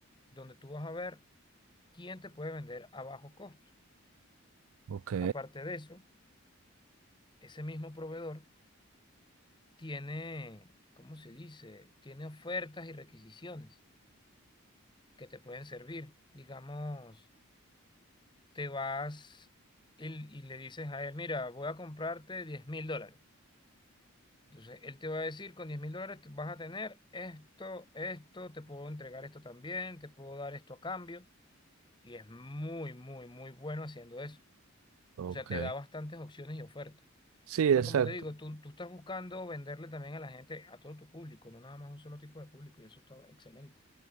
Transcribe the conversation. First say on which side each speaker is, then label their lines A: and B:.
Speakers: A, on the left (about 20°); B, on the right (about 75°).
A: donde tú vas a ver quién te puede vender a bajo costo.
B: Ok,
A: Aparte de eso, ese mismo proveedor tiene, ¿cómo se dice? Tiene ofertas y requisiciones que te pueden servir. Digamos, te vas y, y le dices a él, mira, voy a comprarte diez mil dólares. Entonces, él te va a decir, con diez mil dólares te- vas a tener esto, esto, te puedo entregar esto también, te puedo dar esto a cambio. Y es muy, muy, muy bueno haciendo eso.
B: ok.
A: O sea, te da bastantes opciones y ofertas.
B: sí,
A: Porque
B: exacto.
A: como te digo, tú, tú estás buscando venderle también a la gente, a todo tu público, no nada más a un solo tipo de público, y eso está excelente.